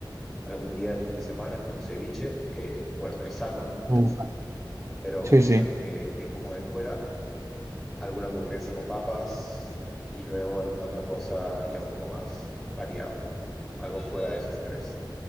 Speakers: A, in the centre; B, on the right.
A: algún día del fin de semana, como un ceviche, que bueno, es sano,
B: Uf,
A: pero
B: sí,
A: es
B: sí.
A: algo que, que como de fuera. Alguna hamburguesa con papas y luego alguna otra cosa ya un poco más variado. Algo fuera de esos tres.